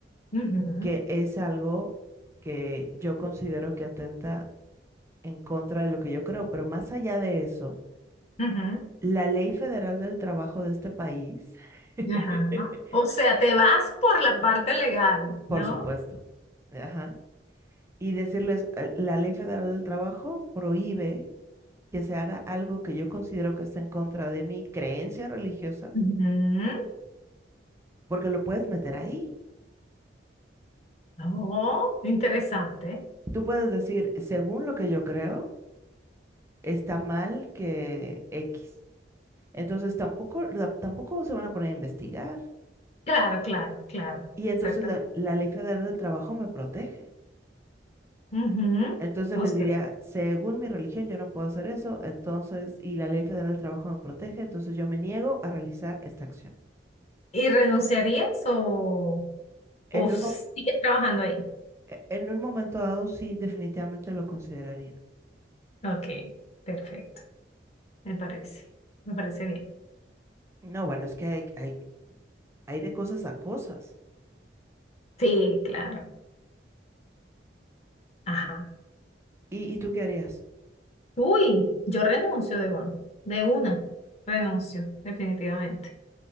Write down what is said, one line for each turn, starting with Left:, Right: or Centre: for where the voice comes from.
Left: Ujú,
Right: que es algo que yo considero que atenta en contra de lo que yo creo, pero más allá de eso.
Left: ujú,
Right: La ley federal del trabajo de este país, <laughs>
Left: ajá. O sea, te vas por la parte legal,
Right: por
Left: ¿no?
Right: supuesto, ajá, y decirles, "Eh, la ley federal del trabajo prohíbe que se haga algo que yo considero que está en contra de mi creencia religiosa,
Left: Ujú.
Right: porque lo puedes meter ahí.
Left: Oh, interesante.
Right: Tú puedes decir, según lo que yo creo, está mal que X. Entonces tampoco, la- tampoco se van a poner a investigar.
Left: Claro, claro, claro.
Right: Y entonces
Left: Exactamente.
Right: la la ley federal del trabajo me protege.
Left: Ujú.
Right: Entonces
Left: O
Right: les
Left: sea,
Right: diría, según mi religión, yo no puedo hacer eso, entonces, y la ley federal del trabajo me protege, entonces yo me niego a realizar esta acción.
Left: ¿y renunciarías o...?
Right: En
Left: ¿O sigues
Right: un, mo-
Left: trabajando ahí?
Right: e- en un momento dado, sí, definitivamente lo consideraría.
Left: Ok, perfecto. Me parece. Me parece bien.
Right: No, bueno, es que hay, hay, hay de cosas a cosas.
Left: Sí, claro. Ajá.
Right: ¿Y, y tú qué harías?
Left: Uy, yo renuncio, Devon. De una. Renuncio, definitivamente.